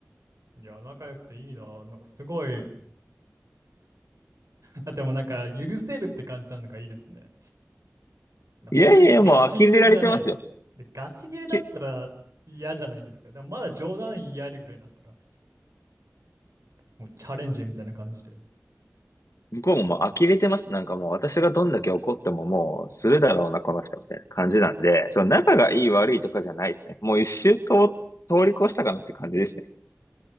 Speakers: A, on the right; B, on the left.
A: いや、仲良くていいな。なんかすごい。だってもうなんか許せるって感じなのがいいですね。
B: いやいやいや、
A: 本当にガチギレじゃない。
B: もう呆れられてますよ。
A: で、ガチギレだったら嫌じゃないですか。
B: き
A: でもまだ冗談言い合えるぐらいだったら、もうチャレンジみたいな感じで。
B: 向こうももう呆れてます。なんかもう私がどんだけ怒ってももうするだろうな、この人、みたいな感じなんで、その仲がいい悪いとかじゃないですね。もう一周と通り越したかなって感じですね。